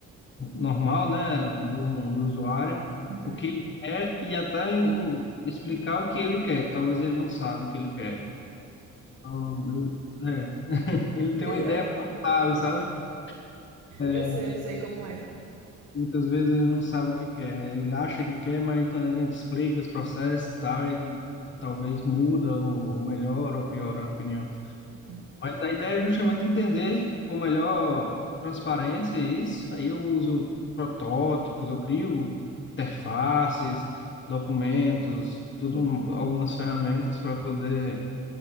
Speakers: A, on the left; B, on the right.
A: normal, né, do, do usuário,
B: Uhum.
A: o que ele quer e até em- explicar o que ele quer, que talvez ele não saiba o que ele quer. Então, eu- é, ele tem
B: Pois
A: uma ideia,
B: é,
A: mas não sabe, sabe? É,
B: eu sei, eu sei como é.
A: Muitas vezes ele não sabe o que quer, ele acha que quer, mas quando a gente explica os processos e tal, ele talvez muda ou melhora ou piora a opinião.
B: Uhum.
A: Mas a ideia é justamente entender com melhor transparência isso. Aí eu uso protótipos, eu crio interfaces, documentos, tudo, algumas ferramentas para poder